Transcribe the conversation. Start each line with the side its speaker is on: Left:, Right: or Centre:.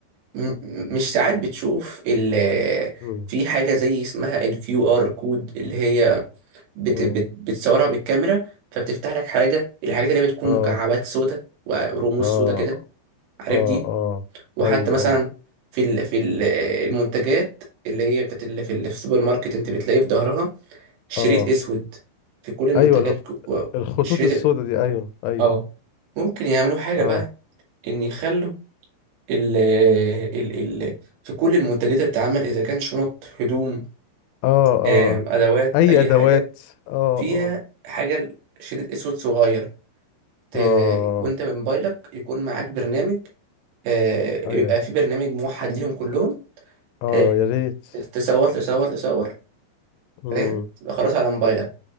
Right: م- م- مش ساعات بتشوف ال
Left: مم.
Right: في حاجة زي اسمها الكيو ار كود اللي هي بت
Left: اه
Right: بت بتصورها بالكاميرا فبتفتح لك حاجة الحاجات اللي هي بتكون
Left: اه
Right: مكعبات سودة ورموز
Left: اه
Right: سودة كده عارف
Left: اه
Right: دي
Left: آه.
Right: وحتى
Left: ايوه
Right: مثلا
Left: ايوه
Right: في ال في ال المنتجات اللي هي بتاعت اللي في ال- في السوبر ماركت انت بتلاقي في ظهرها شريط
Left: اه
Right: اسود في كل المنتجات
Left: ايوه الخ-
Right: ك- و-
Left: الخطوط
Right: شريط
Left: السوداء
Right: ال-
Left: دي ايوه ايوه
Right: اه ممكن يعملوا حاجة
Left: اه
Right: بقى ان يخلوا ال ال ال في كل المنتجات اللي بتتعمل اذا كان شنط هدوم
Left: اه اه
Right: آم، ادوات
Left: اي
Right: اي
Left: ادوات
Right: حاجه
Left: اه
Right: فيها
Left: اه
Right: حاجه شريط اسود صغير ت-
Left: اه
Right: وانت بموبايلك يكون معاك برنامج آه،
Left: أي-
Right: يبقى في برنامج موحد ليهم كلهم
Left: اه
Right: آه،
Left: يا ريت
Right: تصور تصور تصور
Left: امم
Right: فاهم تبقى خلاص على موبايلك